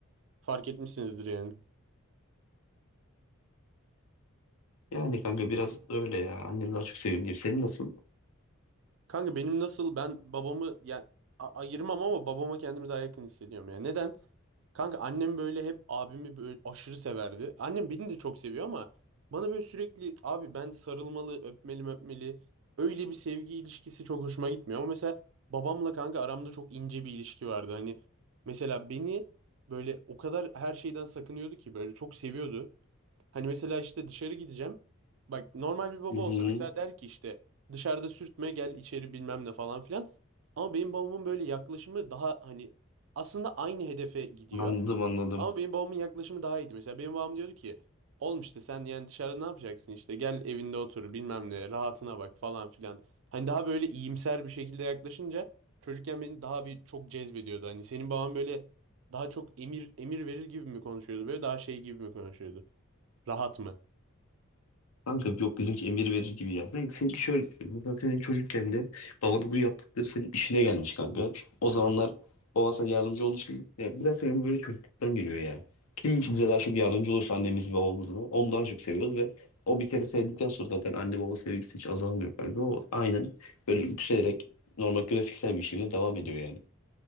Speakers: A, on the right; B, on the left.
A: Fark etmişsinizdir yani.
B: Yani kanka biraz öyle ya. Annem daha çok sevimli. Senin nasıl?
A: Kanka benim nasıl ben babamı yani a- ayırmam ama babama kendimi daha yakın hissediyorum ya. Neden? Kanka annem böyle hep abimi böyle aşırı severdi. Annem beni de çok seviyor ama bana böyle sürekli abi ben sarılmalı, öpmeli, öpmeli. Öyle bir sevgi ilişkisi çok hoşuma gitmiyor. Ama mesela babamla kanka aramda çok ince bir ilişki vardı. Hani mesela beni böyle o kadar her şeyden sakınıyordu ki böyle çok seviyordu. Hani mesela işte dışarı gideceğim. Bak normal bir baba
B: Hı hı.
A: olsa mesela der ki işte dışarıda sürtme gel içeri bilmem ne falan filan. Ama benim babamın böyle yaklaşımı daha hani aslında aynı hedefe gidiyor.
B: Anladım anladım.
A: Ama benim babamın yaklaşımı daha iyiydi. Mesela benim babam diyordu ki oğlum işte sen yani dışarıda ne yapacaksın işte gel evinde otur bilmem ne rahatına bak falan filan. Hani daha böyle iyimser bir şekilde yaklaşınca çocukken beni daha bir çok cezbediyordu. Hani senin baban böyle daha çok emir emir verir gibi mi konuşuyordu böyle daha şey gibi mi konuşuyordu? Rahat mı?
B: Kanka yok bizimki emir verir gibi ya. Kanka seninki şöyle düşün. Mesela senin çocukken de babanın bu yaptıkları senin işine gelmiş kanka. O zamanlar baban sana yardımcı olduğu için ya biraz senin bu böyle çocukluktan geliyor ya. Kim bize daha çok yardımcı olursa annemiz mi babamız mı onu daha çok seviyoruz ve o bir kere sevdikten sonra zaten anne baba sevgisi hiç azalmıyor kanka. O aynen böyle yükselerek normal grafiksel bir şekilde devam ediyor yani.